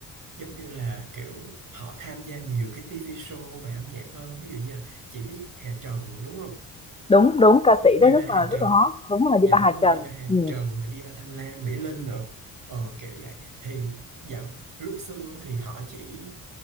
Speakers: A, on the right; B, on the left.
A: giống như là kiểu họ tham gia nhiều cái TV show về âm nhạc hơn ví dụ như là chị biết Hà Trần đúng không
B: đúng đúng ca sĩ
A: Diva
B: đó rất
A: Hà
B: là
A: Trần
B: rất là hot đúng là Diva
A: dạ đúng
B: Hà
A: rồi
B: Trần
A: Diva Hà
B: ừ.
A: Trần nè Diva Thanh Lam Mỹ Linh nữa ờ, kiểu vậy thì dạo lúc xưa thì họ chỉ